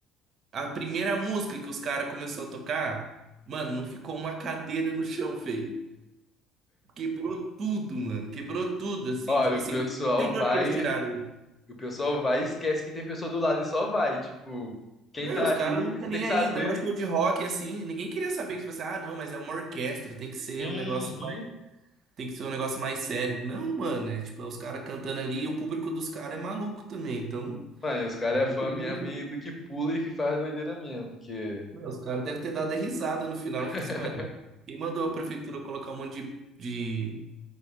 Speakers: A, on the right (about 45°); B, on the left (about 20°).
A: a primeira música que os caras começou a tocar, mano, não ficou uma cadeira no chão, feio. Quebrou tudo, mano. Quebrou tudo, assim.
B: Olha,
A: Tipo
B: o
A: assim,
B: pessoal
A: não sei
B: vai.
A: de onde que eles tiraram isso.
B: O pessoal vai e esquece que tem pessoa do lado e só vai. Tipo, quem
A: Meu,
B: tá
A: os caras
B: aí,
A: não tá
B: você
A: nem
B: tem que saber.
A: aí, ainda mais show de rock, assim. Ninguém queria saber que, tipo assim, ah, não, mas é uma orquestra, tem que ser
B: Uhum.
A: um negócio mais, tem que ser um negócio mais sério. Não, mano, é tipo, é os caras cantando ali e o público dos caras é maluco também. Então,
B: Mano, e os caras é fã
A: eu tenho
B: mesmo
A: que-
B: e do que pula e que faz doideira mesmo. Que,
A: Meu, os caras devem ter dado a risada no final.
B: <laughs>
A: Tipo assim, mano, quem mandou a prefeitura colocar um monte de, de,